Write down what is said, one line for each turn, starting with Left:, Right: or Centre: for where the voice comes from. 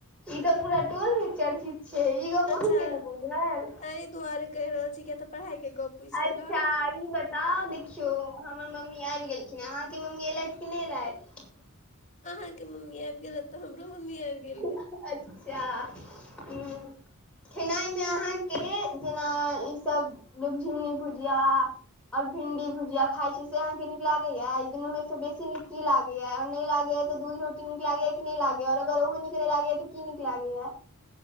Centre: ई तऽ पूरा टोल मे चर्चित छै ई गप
Left: अच्छा
Centre: अही केँ नय बुझल
Left: एहि दआरे कहि रहल छी तऽ पढ़ाइ केँ गप पूछि
Centre: अच्छा
Left: देलहुँ
Centre: ई बताउ देखियौ हमर मम्मी आबि गेलखिन, अहाँकेँ मम्मी ऐलैथ कि नय ऐलैथ
Left: अहाँकेँ मम्मी आबि गेलैथ तऽ हमरो मम्मी आबि
Centre: एलथि
Left: गेल गे
Centre: अच्छा हुँ खेनाइ मे अहाँकेँ जेना ईसभ लुझि भुजिया आओर भिंडी भुजिया खई छी से अहाँकेँ नीक लागै य ई दुनू मे से बेसी नीक की लाग य आ नैय लागैय तऽ दूध रोट नीक लागैय य कि नय लागैया आओर अगर उहो नीक नय लागैय य तऽ की नीक लागैय य